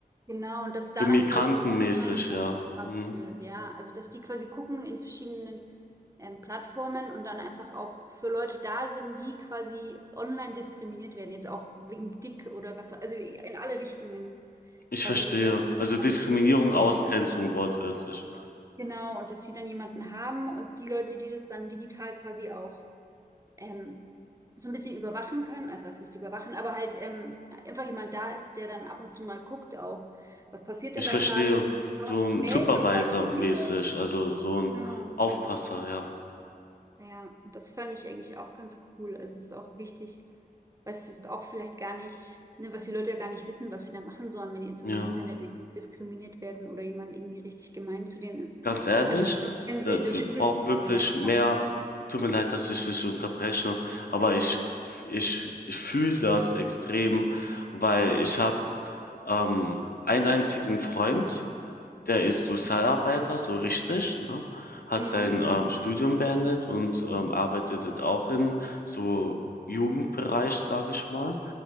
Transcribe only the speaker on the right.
Genau, und dass da
dann quasi online
aufgepasst
wird, ja. Also, dass die quasi gucken in verschiedenen ähm, Plattformen und dann einfach auch für Leute da sind, die quasi online diskriminiert werden, jetzt auch wegen dick oder was, also in alle Richtungen
quasi.
Und dass sie dann
einfach jemanden haben,
die,
genau, und dass sie dann jemanden haben und die Leute, die das dann digital quasi auch ähm, so ein bisschen überwachen können, also was heißt überwachen, aber halt ähm, einfach jemand da ist, der dann ab und zu mal guckt auch, was passiert
denn da
gerade? Und Kann
man sich
melden
und sagen, hier,
genau.
Ja, und das fand ich eigentlich auch ganz cool. Also es ist auch wichtig, weil es ist auch vielleicht gar nicht, ne, was die Leute ja gar nicht wissen, was sie da machen sollen, wenn die jetzt im
Internet irgendwie diskriminiert werden oder jemand irgendwie richtig gemein zu denen ist.
Also wenn
sie in der
Schule
das nicht
gelernt
haben.
Mhm.